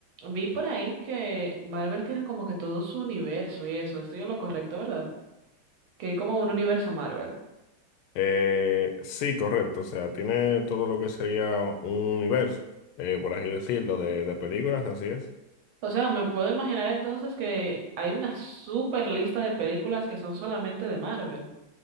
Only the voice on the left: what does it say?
Eh, sí, correcto. O sea, tiene todo lo que sería un universo, eh, por así decirlo, de, de películas, así es.